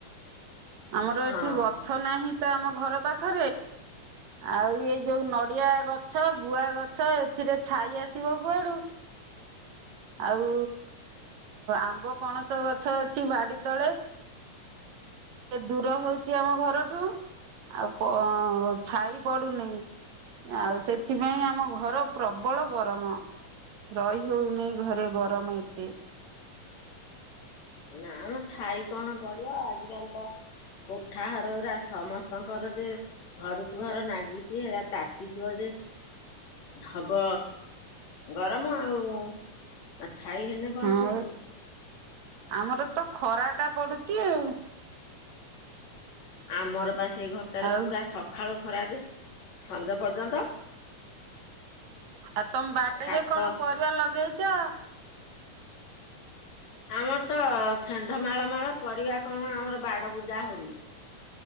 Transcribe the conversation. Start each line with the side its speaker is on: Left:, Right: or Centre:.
Right: ଆମର
Left: ହଁ
Right: ଏଠି ଗଛ ନାହିଁ ତ ଆମ ଘର ପାଖରେ। ଆଉ ଏଇ ଯୋଉ ନଡିଆ ଗଛ ଗୁଆ ଗଛ ଏଥିରେ ଛାଇ ଆସିବ କୁଆଡୁ। ଆଉ ଆମ୍ବ ପଣସ ଗଛ ଅଛି ବାଡି ତଳେ। ଦୂର ହଉଛି। ଛି ଆମ ଘରଠୁ ଆଉ ପ ଛାଇ ପଡୁନେଇ। ଆଉ ସେଥିପାଇଁ ଆମ ଘର ପ୍ରବଳ ଗରମ, ରହି ହଉନି। ଘରେ ଗରମ ଏତେ।
Left: ନା ଆମ ଛାଇ କଣ ପଡିବ ଆଜିକାଲି ତ କୋଠା ଘର ଗୁରା ସମସ୍ତଙ୍କର ଯେ ଘରକୁ ଘର ନାଗିଛି ହେରା ତାତିଯିବ ଯେ ହବ ଗରମ ଆଉ ଆ ଛାଇ ହେନ କଣ
Right: ହଁ
Left: ହଉଛି।
Right: ଆମର ତ ଖରା ଟା ପଡୁଛି ଆଉ।
Left: ଆମର ବା ସେଇ ଘରଟାରେ
Right: ଆଉ
Left: ପୁରା ସକାଳୁ ଖରା ଯେ ସଞ୍ଜ ପର୍ଯ୍ୟନ୍ତ।
Right: ଆଉ ତମ ବାଡିରେ
Left: ଛାତ
Right: କଣ ପରିବା ଲଗେଇଛ?
Left: ଆମର ତ ଷଣ୍ଢ ମାଳ ମାଳ ପରିବା କଣ, ଆମର ବାଡ ବୂଜା ହଉନି।